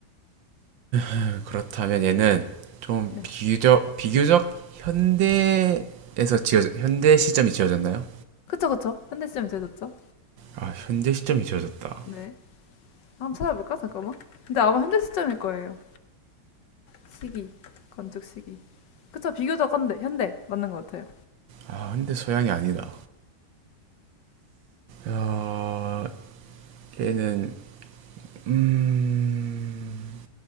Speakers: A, on the right; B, on the left.
A: 음, 그렇다면 얘는 좀
B: 네.
A: 비교적 비교적 현대에서 지어 현대 시점이 지어졌나요?
B: 그쵸, 그쵸. 현대 시점이 제졌죠?
A: 아 현대 시점이 지어졌다.
B: 네. 한번 찾아볼까? 잠깐만. 근데 아마 현대 시점일 거예요. 시기. 건축 시기. 그쵸, 비교적 현대, 현대 맞는 것 같아요.
A: 아 근데 서양이 아니다. 야, 얘는 음